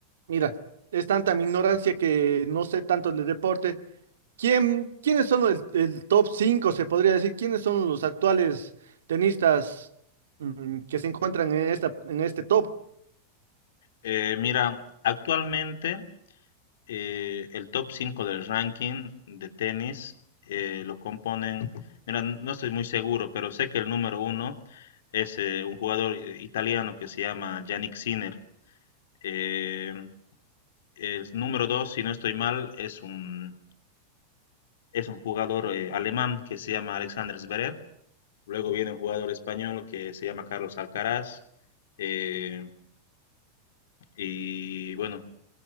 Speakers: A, on the right; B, on the left.
A: mira, es tanta mi ignorancia que no sé tanto del deporte. ¿Quién, quiénes son el, el top 5 se podría decir? ¿Quiénes son los actuales tenistas mm, que se encuentran en esta, en este top?
B: Eh, mira, actualmente eh, el top 5 del ranking de tenis eh, lo componen, mira, no estoy muy seguro, pero sé que el número uno es eh, un jugador italiano que se llama Yannick Sinner. Eh, el número dos, si no estoy mal, es un, es un jugador eh, alemán que se llama Alexander Zverev. Luego viene un jugador español que se llama Carlos Alcaraz. Eh, y bueno,